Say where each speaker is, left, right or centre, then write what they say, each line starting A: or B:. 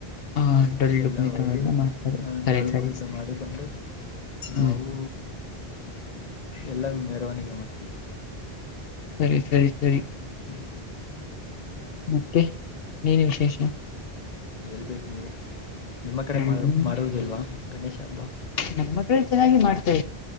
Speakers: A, on the left; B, on the left.
A: ಹಾ ಡೊಳ್ಳು
B: ಎಲ್ಲ
A: ಕುಣಿತವೆಲ್ಲ
B: ಒಳಗಿನ
A: ಮಾಡ್ತಾರೆ ಸರಿ
B: ಡೋಲು
A: ಸರಿ
B: ಕುಣಿತ
A: ಸರಿ
B: ಮಾಡಿಕೊಂಡು
A: ಹ್ಮ್
B: ನಾವು ಎಲ್ಲ ಮೆರವಣಿಗೆ ಮಾಡ್ತೀವಿ
A: ಸರಿ ಸರಿ ಸರಿ
B: ಹ್ಮ್
A: ಮತ್ತೆ ಏನು ವಿಶೇಷ
B: ಹೇಳ್ಬೇಕು ನೀವ ನಿಮ್ಮ ಕಡೆ
A: ನಮ್ಮ
B: ಮಾಡ ಮಾಡುವುದಿಲ್ವಾ ಗಣೇಶ ಹಬ್ಬ
A: ನಮ್ಮ್ ಮಟ್ಟಲ್ಲಿ ಚೆನ್ನಾಗಿ ಮಾಡ್ತಾ